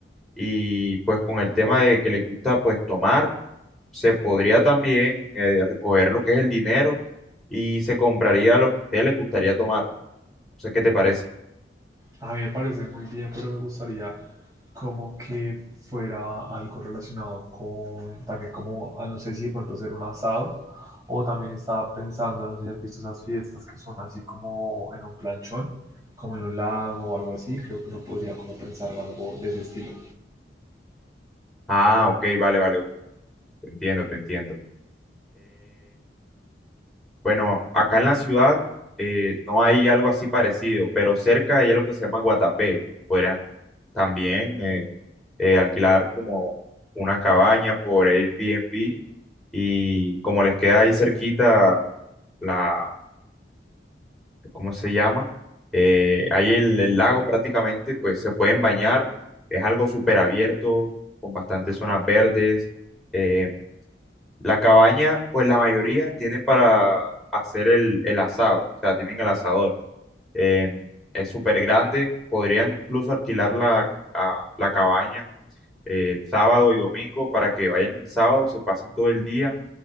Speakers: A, in the centre; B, on the right (about 20°).
A: y pues con el tema de que le gusta pues tomar, se podría también eh, recoger lo que es el dinero y se compraría lo que a usted le gustaría tomar. No sé qué te parece.
B: A mí me parece muy bien, pero me gustaría como que fuera algo relacionado con también como, ah, no sé si de pronto hacer un asado o también estaba pensando, no sé si has visto esas fiestas que son así como en un planchón, como en un lago o algo así, creo que uno podría como pensar en algo de ese estilo.
A: Ah, ok, vale, vale, bro. Te entiendo, te entiendo. Bueno, acá en la ciudad eh, no hay algo así parecido, pero cerca hay algo que se llama Guatapé. Podrían también eh, eh, alquilar como una cabaña por Airbnb y como les queda ahí cerquita la, ¿cómo se llama? Eh, ahí el, el lago prácticamente, pues se pueden bañar. Es algo súper abierto, con bastantes zonas verdes. eh, la cabaña, pues la mayoría tienen para hacer el, el asado, o sea, tienen el asador. Eh, es súper grande, podrían incluso alquilar la, a- la cabaña eh, sábado y domingo para que vayan el sábado, se pasen todo el día,